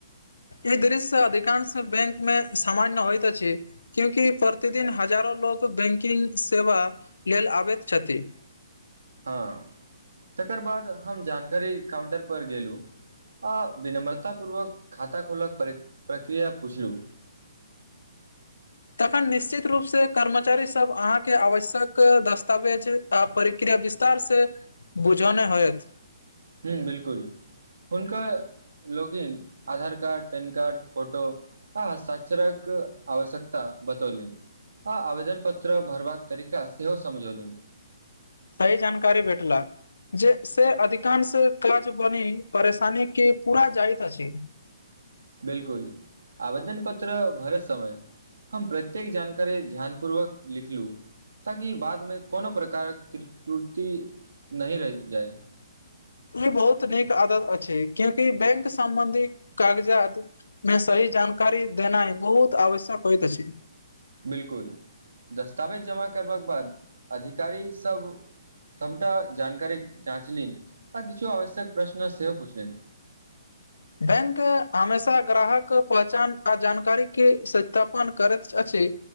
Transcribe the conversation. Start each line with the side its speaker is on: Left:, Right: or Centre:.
Left: ई दृश्य अधिकांश बैंक मे सामान्य होइत अछि। क्यूंकि प्रतिदिन हजारो लोग बैंकिंग सेवा लेल आबैत छथि।
Right: हँ तकर बाद हम जानकारी काउंटर पर गेलु। आ विनम्रता पूर्वक खाता खोलक पर प्रक्रिया पुछलू
Left: तखन निश्चित रूपसँ कर्मचारी सब अहाँके आवश्यक दस्तावेज आ परिक्रिया विस्तार से बुझौने होयत।
Right: हुँ बिल्कुल हुनका लोगिन Aadhaar card PAN card photo हँ सचराक आवश्यकता बतौलिन आ आवेदन पत्र भरबाक तरीका सेहो समझौलीन
Left: सही जानकारी भेटला जे से अधिकांश क्लच बनी परेशानी के पूरा जाइत अछि।
Right: बिल्कुल आवेदन पत्र भरैत समय हम प्रत्येक जानकारी ध्यान पूर्वक लिखलू ताकि बादमे कोनो प्रकारक त्रट्रूति नहि रहि जाइ।
Left: ई बहुत नीक आदत अछि क्यूंकि बैंक सम्बंधी कागजात मे सही जानकारी देनाइ बहुत आवश्यक होइत अछि।
Right: बिल्कुल दस्तावेज जमा करबाक बाद अधिकारी सब सबटा जानकारी जाँचलनि आ किछु आवश्यक प्रश्न सेहो पुछलनि।
Left: बैंक हमेशा ग्राहक पहचान आ जानकारी के सत्यापन करैत अछि।